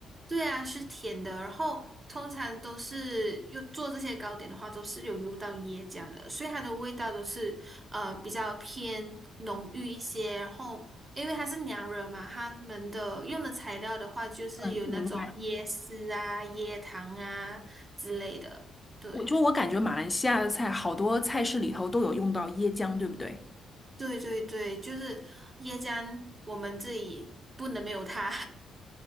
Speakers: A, on the right; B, on the left.
A: 对啊，是甜的，然后通常都是又做这些糕点的话，都是有入到椰浆的，所以它的味道都是呃比较偏浓郁一些。然后因为它是娘惹嘛，他们的用的材料的话，就是有那种椰丝啊、
B: 嗯，明白。
A: 椰糖啊之类的。对，
B: 我就我感觉马来西亚的菜，好多菜式里头都有用到椰浆，对不对？
A: 对对对，就是椰浆，我们这里不能没有它，